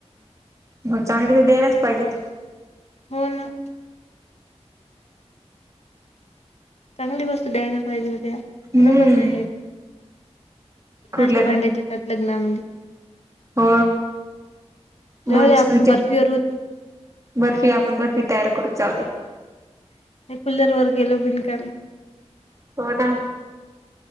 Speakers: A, on the right (about 30°); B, on the left (about 65°).
A: म चांगली ते द्यायलाच पाहिजेत.
B: हो ना. चांगली वस्तू द्यायला पाहिजे होत्या
A: हम्म
B: बरोबर नाही.
A: कुलर
B: हा असे भांडे देतात लग्नामध्ये
A: हो
B: जाऊ
A: बोल
B: दे आपण
A: तु
B: बर्फीवर होतो
A: बर्फी आपण बर्फी तयार करत जाऊ द.
B: कुल्लर वर गेलो बिनकामी
A: हो ना.